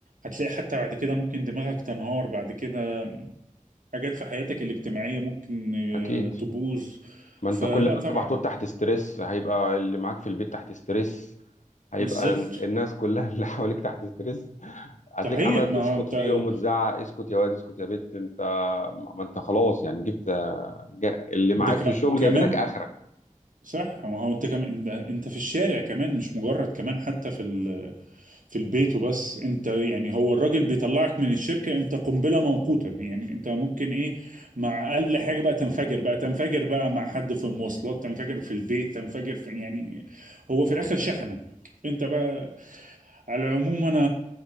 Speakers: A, on the right; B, on the left.
A: هتلاقي حتى بعد كده ممكن دماغك تنهار بعد كده حاجات في حياتك الاجتماعية ممكن آه،
B: أكيد
A: تبوظ
B: ما
A: فلا
B: أنت كل ما
A: طبعا
B: أنت محطوط تحت ستريس هيبقى اللي معاك في البيت تحت ستريس هيبقى
A: بالظبط
B: الناس كلها <laughs> اللي حواليك تحت ستريس هتلاقيك
A: صحيح
B: عمال تشخط
A: ما هو أنت
B: فيهم وتزعق اسكت يا واد اسكت يا بت انت ما انت خلاص يعني جبت جا... اللي معاك
A: ده ك...
B: في الشغل
A: كمان
B: جايبينك اخرك
A: صح ما هو انت كمان انت انت في الشارع كمان مش مجرد كمان حتى في ال... في البيت وبس انت يعني هو الراجل بيطلعك من الشركة انت قنبلة موقوتة يعني انت ممكن ايه مع اقل حاجة بقى تنفجر بقى تنفجر بقى مع حد في المواصلات تنفجر في البيت تنفجر في يعني هو في
B: مم.
A: الاخر شحنك انت بقى على العموم انا